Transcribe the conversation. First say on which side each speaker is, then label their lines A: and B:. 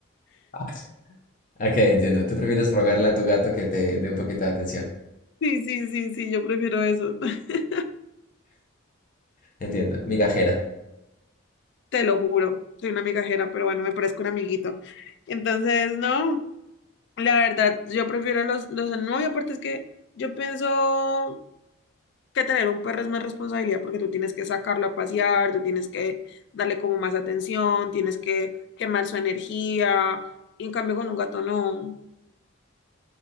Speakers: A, on the left; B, on the left.
A: Ah, ok, entiendo. Tú prefieres rogarle a tu gato que te dé un poquito de atención.
B: Sí, sí, sí, sí, yo prefiero eso. <laughs>
A: Entiendo. Migajera.
B: Te lo juro, soy una migajera, pero bueno, me parezco un amiguito. Entonces, no. La verdad, yo prefiero los, los al nuevo y aparte es que yo pienso que tener un perro es más responsabilidad porque tú tienes que sacarlo a pasear, tú tienes que darle como más atención, tienes que quemar su energía, y en cambio con un gato no.